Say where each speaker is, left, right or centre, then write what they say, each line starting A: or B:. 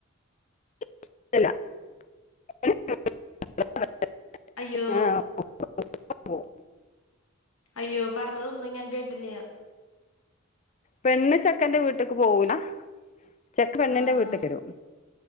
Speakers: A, on the left; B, on the left.
A: <unintelligible> <unintelligible>
B: അയ്യോ അയ്യോ പറഞ്ഞതൊന്നും ഞാൻ കേട്ടില്ല
A: പെണ്ണ് ചെക്കന്റെ വീട്ട്ക്ക് പോവൂല ചെക്കൻ പെണ്ണിന്റെ
B: ആഹ്
A: വീട്ട്ക്ക് വരും